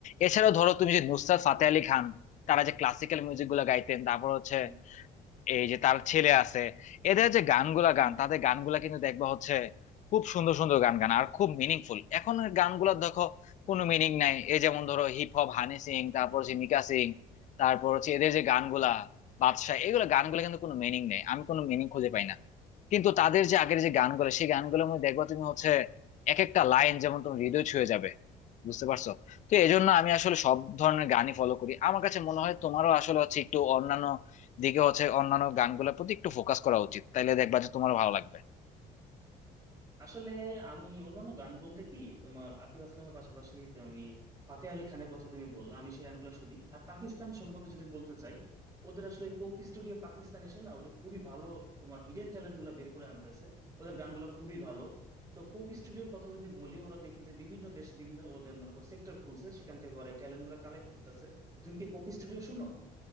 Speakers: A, on the left; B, on the right.
A: এছাড়াও ধরো তুমি যে নুসরাত ফাতে আলী খান তারা যে ক্লাসিক্যাল মিউজিক গুলো গাইতেন তারপর হচ্ছে
B: হুম
A: এই যে তার ছেলে আছে এদের যে গানগুলা
B: হুম
A: গান তাদের গানগুলা কিন্তু দেখবা হচ্ছে খুব সুন্দর সুন্দর গান গান আর খুব মিনিংফুল এখন গানগুলা দেখো কোনো মিনিং নাই এই যেমন ধরো হিপ হপ হানি সিং তারপর হচ্ছে মিকা সিং তারপর হচ্ছে এদের যে গানগুলা বাদশা এগুলো গানগুলা কিন্তু কোনো মিনিং নেই আমি কোনো মিনিং খুঁজে পাই না কিন্তু তাদের যে আগের যে গানগুলো সেই গানগুলোর মধ্যে দেখবা তুমি হচ্ছে এক একটা লাইন যেমন তুমি হৃদয় ছুঁয়ে যাবে বুঝতে পারছো তো এই জন্য আমি আসলে সব ধরনের গানই ফলো করি আমার কাছে মনে হয় তোমারও আসলে হচ্ছে একটু অন্যান্য দিকে হচ্ছে অন্যান্য গানগুলোর প্রতি একটু ফোকাস করা উচিত তাইলে দেখবা যে তোমার ভালো লাগবে
B: আসলে আমি অন্যান্য গান বলতে কি তোমার আতিফ আসলামের পাশাপাশি তুমি ফাতে আলি খানের কথা তুমি বললা আমি সেই গানগুলো শুনি আর পাকিস্তান সম্পর্কে যদি বলতে চাই ওদের আসলে কোক স্টুডিও পাকিস্তান এসে না ওদের খুবই ভালো তোমার হিডেন ট্যালেন্ট গুলা বের করে আনতেছে ওদের গানগুলো খুবই ভালো তো কোক স্টুডিওর কথা যদি বলি ওরা দেখি যে বিভিন্ন দেশে বিভিন্ন ওদের মনে করো সেক্টর খুলছে সেখান থেকে ওরা ট্যালেন্ট গুলা কালেক্ট করতেছে তো তুমি কি কোক স্টুডিও শুনো